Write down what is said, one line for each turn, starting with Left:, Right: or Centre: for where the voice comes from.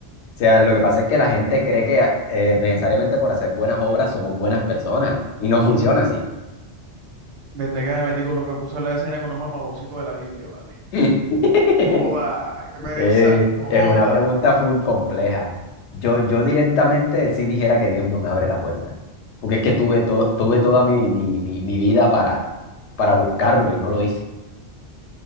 Left: sea, lo que pasa es que la gente cree que eh, necesariamente por hacer buenas obras somos buenas personas y no funciona así.
Right: Desde que me metí con un, me puse a la escena con un mamaborcito de la Biblia, ¿vale?
Left: <laughs>
Right: Joda, qué pereza,
Left: Eh,
Right: no
Left: es
Right: joda.
Left: una pregunta full compleja. Yo, yo directamente sí dijera que Dios no me abre la puerta, porque es que tuve, to- tuve toda mi, mi, mi, mi vida para, para buscarlo y no lo hice.